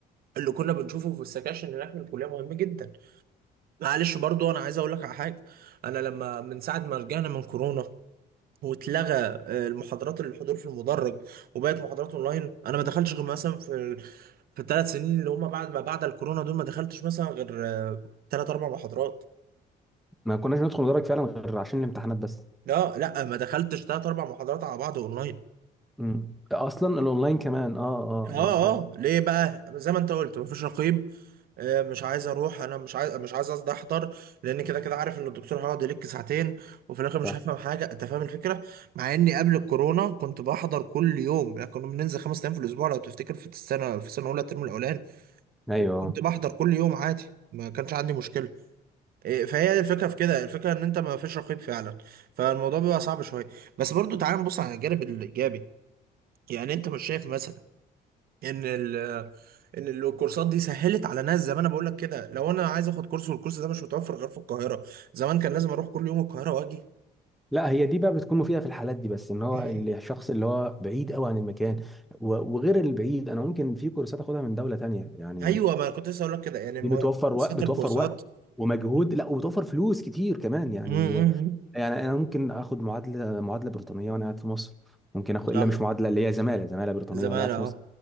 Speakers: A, on the right; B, in the centre.
A: اللي كنا بنشوفه في السكاشن هناك من الكليه مهم جدا معلش برضو انا عايز اقول لك على حاجه انا لما من ساعه ما رجعنا من كورونا واتلغى آه، المحاضرات اللي الحضور في المدرج وبقت محاضرات اونلاين انا ما دخلتش غير مثلا في ال- في الثلاث سنين اللي هم بعد ما بعد الكورونا دول ما دخلتش مثلا غير ثلاث اربع محاضرات
B: ما كناش ندخل ندرج فعلا غير عشان الامتحانات بس
A: لا لا ما دخلتش ثلاث اربع محاضرات على بعض اونلاين
B: مم. ده اصلا الاونلاين كمان اه اه
A: اه
B: اه صح
A: اه ليه بقى زي ما انت قلت مفيش رقيب آه، مش عايز اروح انا مش عايز مش عايز قصدي احضر لان كده كده عارف ان الدكتور هيقعد يلك ساعتين وفي الاخر مش
B: صح
A: هفهم حاجه انت فاهم الفكره مع اني قبل الكورونا كنت بحضر كل يوم يعني كنا بننزل خمس ايام في الاسبوع لو تفتكر في السنه في السنه الاولى الترم الاولاني
B: ايوه
A: كنت بحضر كل يوم عادي ما كانش عندي مشكله إيه، فهي دي الفكره في كده الفكره ان انت ما فيش رقيب فعلا فالموضوع بيبقى صعب شويه بس برضو تعال نبص على الجانب الايجابي يعني انت مش شايف مثلا ان ال ان الكورسات دي سهلت على ناس زي ما انا بقول لك كده لو انا عايز اخد كورس والكورس ده مش متوفر غير في القاهره زمان كان لازم اروح كل يوم القاهره واجي
B: لا هي دي بقى بتكون مفيده في الحالات دي بس ان هو
A: م-
B: ال- الشخص اللي هو بعيد قوي عن المكان
A: م- م.
B: و- وغير البعيد انا ممكن في كورسات اخدها من دوله تانية يعني
A: ايوه ما انا كنت لسه اقول لك كده يعني
B: دي
A: ما-
B: بتوفر
A: منصات
B: وقت بتوفر
A: الكورسات
B: وقت ومجهود
A: م-
B: لا وبتوفر فلوس كتير كمان يعني
A: م- م.
B: يعني انا ممكن اخد معادله معادله بريطانيه وانا قاعد في مصر ممكن اخد
A: صح
B: الا مش معادله اللي هي زماله زماله بريطانيه
A: زمان
B: وانا قاعد في
A: اه
B: مصر